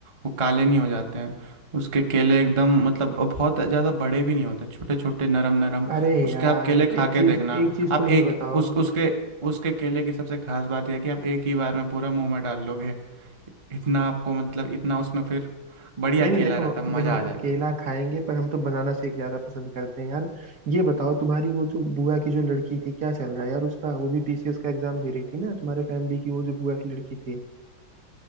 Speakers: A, on the right (about 35°); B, on the right (about 50°).
A: वो काले नहीं हो जाते हैं उसके केले एकदम मतलब और बहुत ज़्यादा बड़े भी नहीं होते छोटे छोटे नरम नरम
B: अरे
A: उसके
B: यार
A: आप केले खा
B: एक
A: के
B: चीज
A: देखना
B: एक चीज
A: आप
B: तुम ये
A: एक
B: बताओ
A: उस उसके उसके केले की सबसे खास बात यह है कि आप एक ही बार में पूरा मुंह में डाल लोगे इतना आपको मतलब इतना उसमें फिर बढ़िया
B: नहीं नहीं
A: केला
B: देखो
A: रहता है मज़ा
B: देखो
A: आ जाएगा
B: केला खाएंगे पर हम तो बनाना शेक ज्यादा पसंद करते हैं यार ये बताओ तुम्हारी वो जो बुआ की जो लड़की थी क्या चल रहा है यार उसका वो भी पीसीएस का एग्जाम दे रही थी ना तुम्हारे फैमिली की वो जो बुआ की लड़की थी